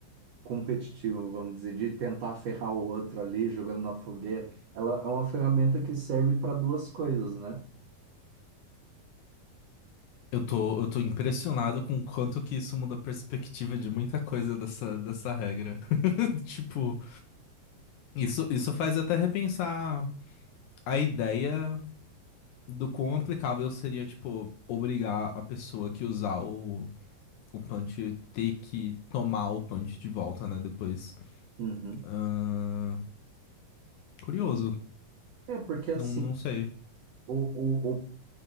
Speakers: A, on the right; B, on the left.
A: competitiva, vamos dizer, de tentar ferrar o outro ali, jogando na fogueira. Ela é uma ferramenta que serve para duas coisas, né?
B: Eu tô, eu tô impressionado com o quanto que isso muda a perspectiva de muita coisa dessa, dessa regra. <laughs> Tipo, isso, isso faz até repensar a ideia do quão aplicável seria, tipo, obrigar a pessoa que usar o, o punch ter que tomar o punch de volta, né, depois.
A: Uhum.
B: Ahn, curioso,
A: É porque assim,
B: não, não sei.
A: o, o, o